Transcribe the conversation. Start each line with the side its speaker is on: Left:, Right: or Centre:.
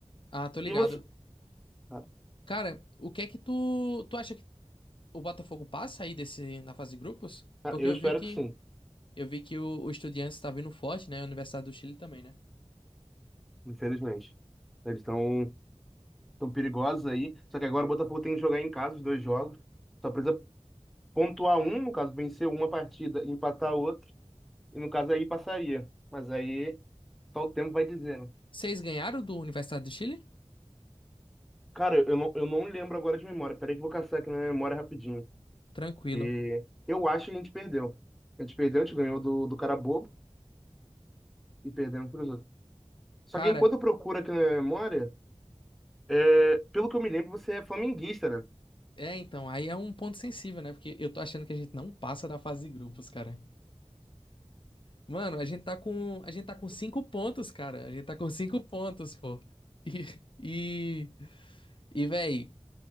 Left: Ah, tô ligado.
Centre: E você? Cara,
Left: Cara, o que é que tu, tu acha que o Botafogo passa aí desse, na fase de grupos?
Centre: cara,
Left: Porque
Centre: eu
Left: eu
Centre: espero
Left: vi que,
Centre: que sim,
Left: eu vi que o, o Estudiantes tá vindo forte, né, a Universidade do Chile também, né?
Centre: infelizmente. Eles estão tão tão perigosos aí. Só que agora o Botafogo tem que jogar em casa os dois jogos. Só precisa pontuar um, no caso, vencer uma partida, e empatar outra. E no caso aí passaria. Mas aí só o tempo vai dizer, né?
Left: Vocês ganharam do Universidade do Chile?
Centre: Cara, eu não, eu não lembro agora de memória. Peraí que eu vou caçar aqui na minha memória rapidinho.
Left: Tranquilo.
Centre: E eu acho que a gente perdeu. A gente perdeu, a gente ganhou do, do cara bobo e perdemos pros outros. Só
Left: Cara,
Centre: que enquanto eu procuro aqui na memória, é, pelo que eu me lembro, você é flamenguista, né?
Left: é, então, aí é um ponto sensível, né? Porque eu tô achando que a gente não passa da fase de grupos, cara. Mano, a gente tá com, a gente tá com cinco pontos, cara. A gente tá com cinco pontos, pô. E, e, e véi,